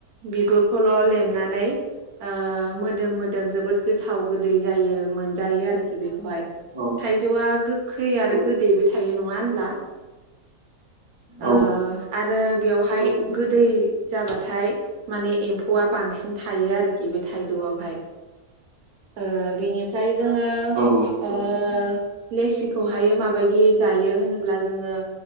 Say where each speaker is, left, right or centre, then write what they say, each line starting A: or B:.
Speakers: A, on the right; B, on the right.
A: बिगुरखौल लेमनानै ओ मोदोम मोदोम जोबोद गोथाव गोदै जायो मोनजायो आरोखि बेखौहाय
B: नंगौ
A: थाइजौआ गो खै आरो गोदैबो थायो नङा होनब्ला
B: औ
A: ओ आरो बेयावहाय गोदै जाबाथाय माने एम्फौआ बांसिन थायो आरोखि बे थाइजौआवहाय ओ बिनिफ्राय जोंङो
B: औ
A: ओ लेसिखौहाय माबायदि जायो होनोब्ला जोंङो